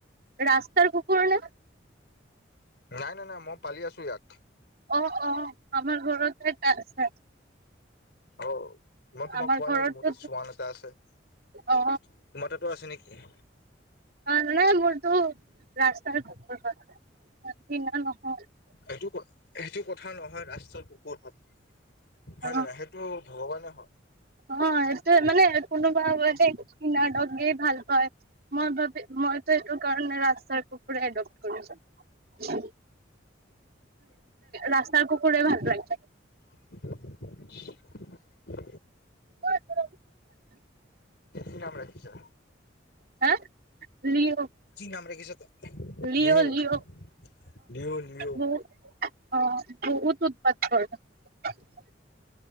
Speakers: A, on the right; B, on the left.
A: ৰাস্তাৰ কুকুৰ নে?
B: নাই নাই নাই মই পালি আছো ইয়াক।
A: অ অ আমাৰ ঘৰটো এটা আছে।
B: অ। মই তোমাক
A: আমাৰ
B: কোৱা
A: ঘৰতো
B: নাই কি মোৰ তাত চোৱান এটা আছে।
A: অ
B: তোমাৰ তাতো আছে নেকি?
A: অ নাই মোৰটো ৰাস্তাৰ কুকুৰ হয়, কিনা নহয়।
B: এইটো কথা হেইটো কথা নহয় ৰাষ্টাৰ কুকুৰ হয় হয়
A: অ
B: নে নাই সেইটো ভগৱানে হয়।
A: অ এইটোয়ে মানে কোনোবা মানে কিনা দগেই ভাল। হয় মই ভাবি মইতো এইটো কাৰণে ৰাস্তাৰ কুকুৰে এডপ্ট কৰিছো। ৰাস্তাৰ কুকুৰে ভাল লাগে।
B: <inaudible>
A: <unintelligible>
B: কি নাম ৰাখিছা?
A: হা? লিঅ।
B: কি নাম ৰাখিছ তই
A: লিঅ
B: লিঅ।
A: অ
B: Leo Leo.
A: বহু অ বহুত উৎপাত কৰে।